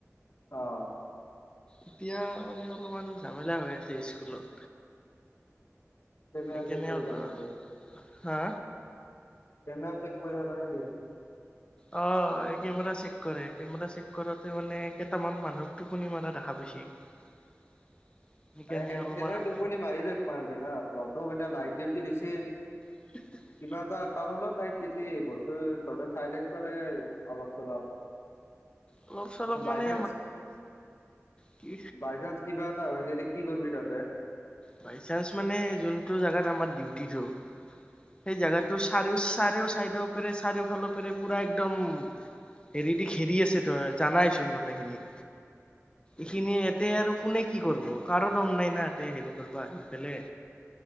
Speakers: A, on the left; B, on the left.
A: অ
B: এতিয়া মানে অলপমান ঝামেলা হৈ আছে স্কুলত
A: কেমেৰা
B: একেনে
A: চেক কৰি
B: <unintelligible>
A: থাকা নেকি?
B: হা
A: <unintelligible>
B: অ এই কেমেৰা চেক কৰে কেমেৰা চেক কৰাতে মানে কেইটামান মানুহক টোপনি মৰা দেখা পাইছি <unintelligible>
A: এই সেই
B: অলপমান
A: সেনেকে টোপনি মাৰি দে পাওঁগে না ত এতিয়া নাইট ডিউটি দিছি
B: <unintelligible>
A: কিবা এটা কাৰণত নাই বেছি বস্তু ধ চাই থাকব লাগে অলপ চলপ
B: অলপ চলপ মানে
A: বাই চান্স
B: কি
A: বাই চান্স কিবা এটা হয় যেনে কি কৰিবি তহঁতে
B: বাই চাঞ্চ মানে যোনটো জগাত মানে আমাৰ ডিউটিটো সেই জাগাটো চাৰেও চাইডৰ পেৰে চাৰেও ফালৰ পেৰে পুৰা একদম হেৰি দি ঘেৰি আছে তই জানাইচোন গুটেইখিনি
A: অ
B: এইখিনি ইয়াতে আৰু কোনে কি কৰিব কাৰো দম নাই না ইতে হেৰি কৰিবা সিফালে